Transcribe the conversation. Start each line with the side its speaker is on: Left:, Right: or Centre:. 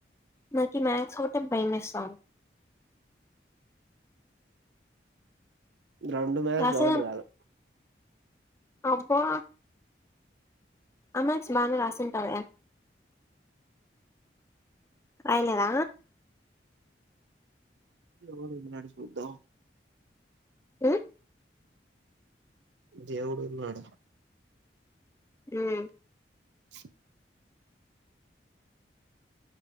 Left: నాకి మ్యాక్స్ హోట భైమిస్తం
Right: రెండు మ్యాస్
Left: రాసేదాం
Right: ఒకటి కాదు
Left: అబ్బా అమస్ బనర్ రాసి కావయా అయలద
Right: విడు నడుచుసద్దా
Left: ఆ
Right: దేవుడు వు నా డు
Left: ఉమ్
Right: చక్